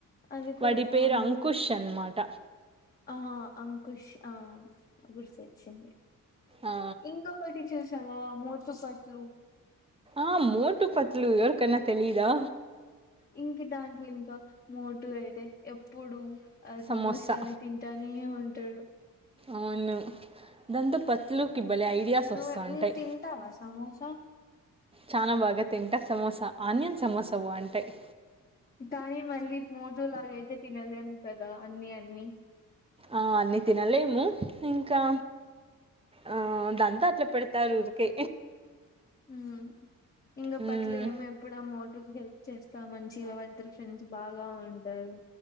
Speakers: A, on the left; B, on the right.
A: అది కూడా
B: వాడి
A: బావుంటది
B: పేరు అంకుష్ అన్నమాట.
A: ఆ అంకుష్ ఆ గుర్సోచ్చింది
B: ఆ!
A: ఇంకొకటి చూశావా మో స ఫట్లు
B: ఆ మోటు పత్లు ఎవరికన్నా తెలీదా
A: ఇంక దాంట్లో ఇంకా మోటు అయితే ఎప్పుడూ అది
B: సమోసా.
A: సమోస అనేని తింటానే ఉ ఇద్దడు
B: అవును దాంతో పత్లుకి భలే ఐడియాస్
A: నువ్వు
B: వస్తా ఉంటాయి
A: నువ్వు తింటావా సమోసా
B: చాలా బాగా తింటా సమోసా ఆనియన్ సమోసా బావుంటాయి
A: కానీ మళ్ళీ మోటూ లాగైతే తినలేము కదా అన్నీ అన్నీ
B: ఆ అన్నీ తినలేము ఇంకా ఆ అదంతా అట్లా పెడతారు ఊరికే
A: హమ్ ఇంకా
B: హ్మ్.
A: పట్ల ఏమో ఎప్పుడమోటుకి చేస్తా మంచిగా వాళ్ళద్దరు ఫ్రెండ్స్ బాగా ఉంటారు